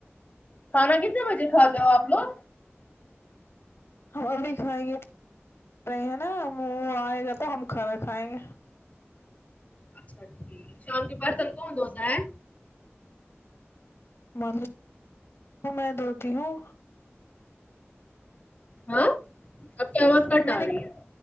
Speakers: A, on the left; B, on the left.
A: کھانا کتنے بجے کھاتے ہو آپ لوگ
B: ہم ابھی کھائیں گے رہے ہیں نا وہ آئے گا تو ہم کھانا کھائیں گے
A: اچھا ٹھیک شام کے برتن کون دھوتا ہے
B: مطلب میں دھوتی ہوں
A: ہاں آپ کی آواز کٹ
B: میں
A: آ
B: نے
A: رہی ہے